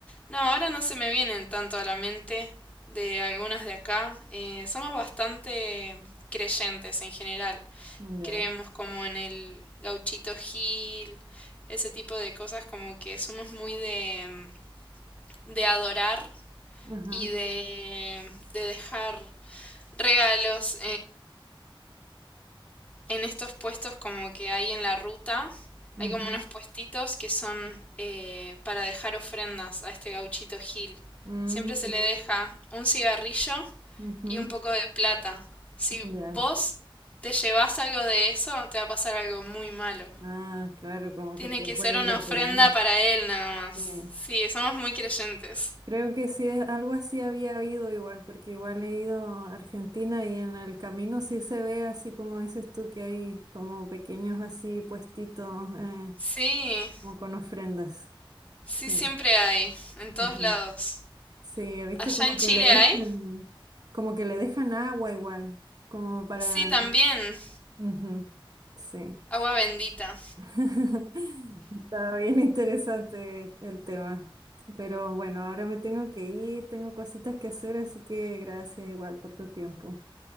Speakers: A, on the left (about 15°); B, on the right (about 45°).
A: no, ahora no se me vienen tanto a la mente de algunas de acá. Eh, somos bastante creyentes en general.
B: Ya.
A: Creemos como en el Gauchito Gil, ese tipo de cosas, como que somos muy de, de adorar
B: Ajá.
A: y de, de dejar regalos en estos puestos como que hay en la ruta,
B: ujú,
A: hay como unos puestitos que son eh, para dejar ofrendas a este gauchito Gil.
B: mm,
A: Siempre se le deja un cigarrillo
B: ujú,
A: y un poco de plata. Si
B: Ya.
A: vos te llevas algo de eso, te va a pasar algo muy malo.
B: Ah, claro, como
A: Tiene
B: que te
A: que
B: puede
A: ser una
B: ir a
A: ofrenda
B: penal.
A: para él nada más.
B: Sí.
A: Sí, somos muy creyentes.
B: Creo que sí, es- algo así había habido igual, porque igual he ido a Argentina y en el camino sí se ve así como dices tú, que hay como pequeños así puestitos, eh,
A: Sí,
B: como con ofrendas.
A: sí
B: Sí.
A: siempre hay, en todos
B: ujú.
A: lados.
B: Sí, he visto
A: ¿Allá
B: como
A: en Chile
B: que le dejan,
A: hay?
B: como que le dejan agua igual, como para...
A: Sí, también.
B: ujú, Sí.
A: Agua bendita.
B: <laughs> Está bien interesante el tema. Pero bueno, ahora me tengo que ir, tengo cositas que hacer, así que gracias igual por tu tiempo.